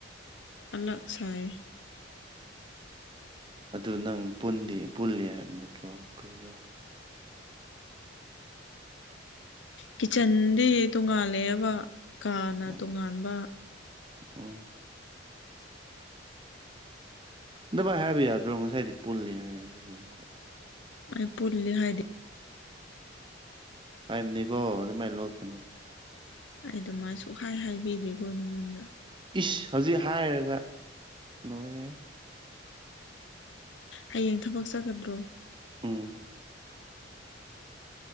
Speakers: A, on the left; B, on the right.
A: ꯑꯥꯂꯛ ꯁꯥꯏꯌꯦ
B: ꯑꯗꯨ ꯅꯪ ꯄꯨꯟꯗꯤ ꯄꯨꯜꯂꯤ ꯍꯥꯏꯕ ꯅꯠꯇ꯭ꯔꯣ ꯀꯔꯤꯔꯣ
A: ꯀꯤꯠꯆꯟꯗꯤ ꯇꯣꯉꯥꯜꯂꯦꯕ ꯀꯥꯅ
B: ꯎꯝ
A: ꯇꯣꯉꯥꯟꯕ
B: ꯎꯝ ꯗꯨꯃꯥꯏ ꯍꯥꯏꯕ ꯌꯥꯗ꯭ꯔꯣ ꯉꯁꯥꯏꯗꯤ ꯄꯨꯜꯂꯦ ꯍꯥꯏꯌꯦ ꯔꯨꯝꯒ
A: ꯑꯩ ꯄꯨꯜꯂꯤ ꯍꯥꯏꯗꯦ
B: ꯍꯥꯏꯕꯅꯤꯀꯣ ꯑꯗꯨꯃꯥꯏ ꯂꯣꯠꯀꯅꯨ
A: ꯑꯩ ꯑꯗꯨꯃꯥꯏ ꯁꯨꯛꯍꯥꯏ ꯍꯥꯏꯕꯤꯗꯦꯀꯣ ꯅꯉꯣꯟꯗ
B: ꯏꯁ ꯍꯧꯖꯤꯛ ꯍꯥꯏꯔꯒ ꯂꯣꯏꯔꯦꯍꯦ
A: ꯍꯥꯌꯦꯡ ꯊꯕꯛ ꯆꯠꯒꯗ꯭ꯔꯣ
B: ꯎꯝ